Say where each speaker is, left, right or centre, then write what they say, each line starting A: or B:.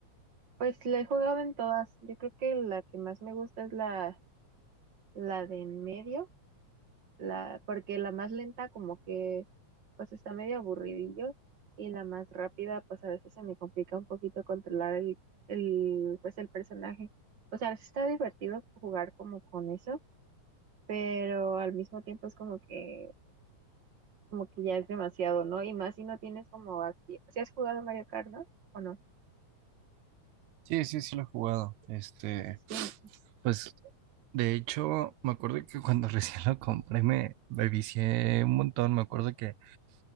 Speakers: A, on the right (about 40°); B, on the right (about 75°).
A: Pues la he jugado en todas, yo creo que la que más me gusta es la, la de en medio, la, porque la más lenta como que pues está medio aburridillo y la más rápida pues a veces se me complica un poquito controlar el, el pues el personaje. O sea, sí está divertido jugar como con eso, pero al mismo tiempo es como que como que ya es demasiado, ¿no? Y más si no tienes como acti- si has jugado Mario Kart, ¿no? ¿O no?
B: Sí, sí, sí lo he jugado. Este,
A: Sí,
B: pues de hecho, me acuerdo que cuando <laughs> recién lo compré me, me vicié un montón. Me acuerdo que